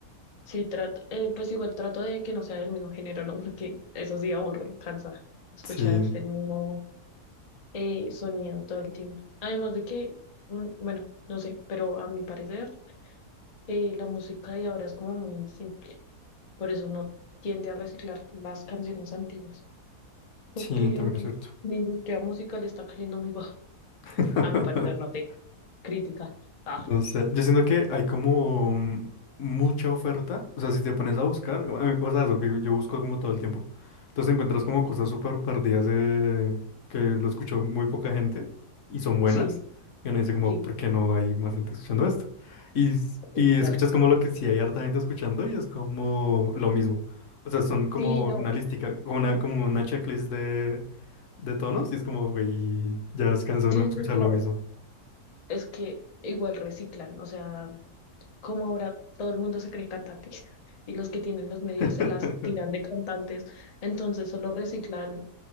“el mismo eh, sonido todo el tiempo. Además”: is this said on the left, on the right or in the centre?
Left